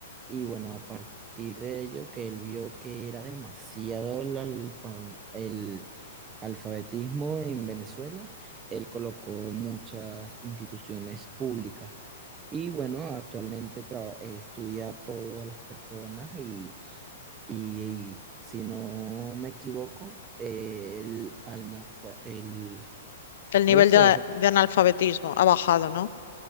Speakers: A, on the right; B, on the left.
A: Y bueno, a partir de ello, que él vio que era demasiado el, alfa- el alfabetismo en Venezuela, él colocó muchas instituciones públicas. Y bueno, actualmente traba- eh, estudia a todas las personas y, y- y si no me equivoco, eh, el, alnafa- el,
B: El nivel
A: eso,
B: de,
A: o sea,
B: de analfabetismo ha bajado, ¿no?